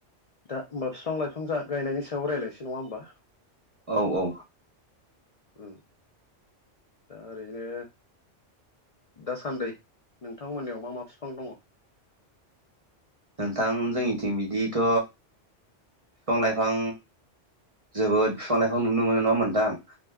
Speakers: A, on the left; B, on the right.
A: दा होमबा फिफां-लाइफां गायनायनि सायाव रायलायनोसै नङा होमबा।
B: औ औ।
A: उम दा ओरैनो दासान्दै नोंथांमोननियाव मा मा बिफां दङ'?
B: नोंथां जोंनिथिं बिदिथ' फिफां-लाइफां जोबोद फिफां-लाइफां नुनो मोनो नङा होमबा नोंथां।